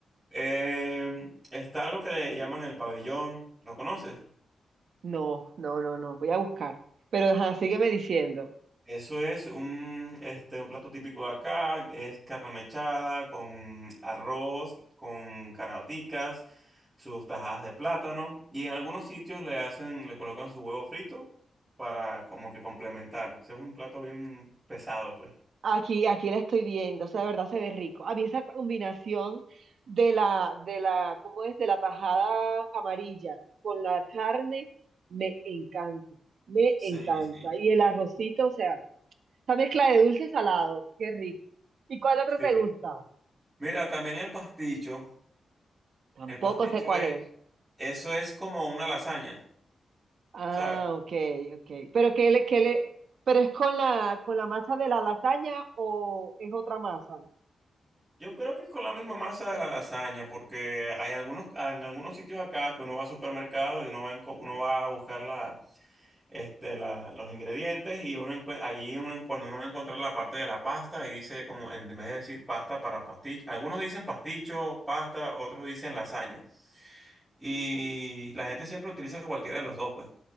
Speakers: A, on the right; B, on the right.
A: Eh, está algo que le llaman el pabellón, ¿lo conoces?
B: No, no, no, no, voy a buscar. Pero ajá, sígueme diciendo.
A: Eso es un, este, un plato típico de acá, es carne mechada con arroz, con caraoticas, sus tajadas de plátano y en algunos sitios le hacen, le colocan su huevo frito para como que complementar. Ese es un plato bien pesado, pues.
B: Aquí, aquí la estoy viendo, o sea, de verdad se ve rico. A mí esa combinación de la, de la, ¿cómo es? De la tajada amarilla con la carne, me encanta, me
A: Sí,
B: encanta.
A: sí.
B: Y el arrocito, o sea, Esa mezcla de dulce y salado, qué rico. ¿Y cuál otro
A: Sí.
B: te gusta?
A: Mira, también el pasticho,
B: Tampoco
A: el pasticho
B: sé cuál
A: es,
B: es.
A: eso es como una lasaña,
B: Ah,
A: ¿sabes?
B: ok, ok. Pero qué le, qué le, pero es con la, con la masa de la lasaña o es otra masa?
A: Yo creo que es con la misma masa de la lasaña, porque hay algunos, en algunos sitios acá que uno va al supermercado y uno va, en co- uno va a buscar la, este, la- los ingredientes y uno encue- allí uno, en- cuando uno va a encontrar la parte de la pasta y dice como en vez de decir pasta para pasticho, algunos dicen pasticho, pasta, otros dicen lasaña. Y la gente siempre utiliza cualquiera de los dos, pues.